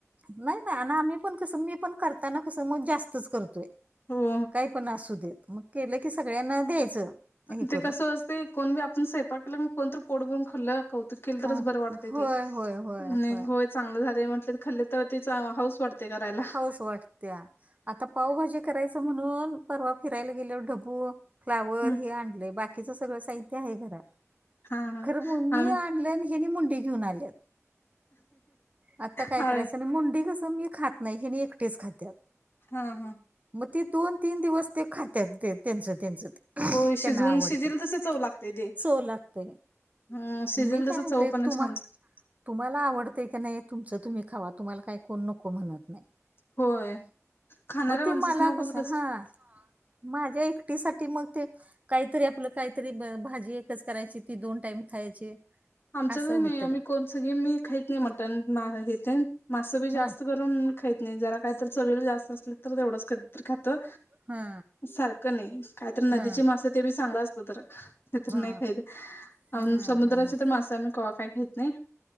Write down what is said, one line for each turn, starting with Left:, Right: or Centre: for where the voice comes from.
Right: नाय नाय अन् आम्ही पण कसं मी पण कर त्यानं कस मग जास्तच करतोय
Left: हो
Right: काही पण असू देत मग केलं की सगळ्यांना द्यायचं हे
Left: ते
Right: करून
Left: कसं असतय कोण बी आपण सयपाक केलं कोणतरी पोट भरून खाल्लं कौतुक केल तरच
Right: हा
Left: बरं वाटतंय
Right: होय
Left: ते
Right: होय होय
Left: नाय
Right: होय
Left: गो चांगलं झालेय म्हटल तर खालत तर तिचा हाऊस वाटते करायला
Right: हाऊस वाटत्या आता पावभाजी करायचं म्हणून परवा फिरायला गेल्यावर ढबू फ्लावर
Left: हं
Right: हे आणलय बाकीच सगळ साहित्य आहे घरात
Left: हा हा
Right: खरं <unintelligible> मी
Left: आम
Right: आणलं नी हेनी मुंडी घेऊन आल्यात आता काय
Left: हा
Right: करायचं आणि मुंडी कसं मग मी खात नाय हेनी एकटेच खातात
Left: हा हा
Right: मग ते दोन तीन दिवस ते खात्यात ते त्यांचं त्यांच ते <unintelligible>
Left: होय शिजवून
Right: त्यांना आवडतय
Left: शिजेल तसं चव लागते ते
Right: चो लागतय
Left: हं शिजेल
Right: मी काय
Left: तसं
Right: म्हणते
Left: चव पण
Right: तूम्हा
Left: छान
Right: तुम्हाला आवडतंय की नाय तुमच तुम्ही खावा तुम्हाला काय कोण नको म्हणत नाय
Left: होय खाणाऱ्या
Right: मग
Left: माणसासने
Right: ते मला
Left: उगच
Right: कसं हा माझ्या एकटीसाठी मग ते काहीतरी आपलं काहीतरी भाजी एकच करायची ती दोन टाइम खायची
Left: आमच्या
Right: असं
Left: घरी नाही
Right: होतंय.
Left: आम्ही कोण सगळे मी खाईत नाही मटन <unintelligible> तेन मास बी जास्त
Right: हा.
Left: करून खाईत नाही जरा काहीतरी चवीला जास्त असले तर तेवढंच कधीतर खातो
Right: हा
Left: सारखं नाई कायतरी
Right: हा.
Left: नदीची मासें ते बी चांगलं असल तरच नाही तर
Right: हा
Left: नाही खाईत
Right: हा
Left: अन समुद्राची
Right: हा हा.
Left: तर मासा आम्ही कवा काय घेत नाही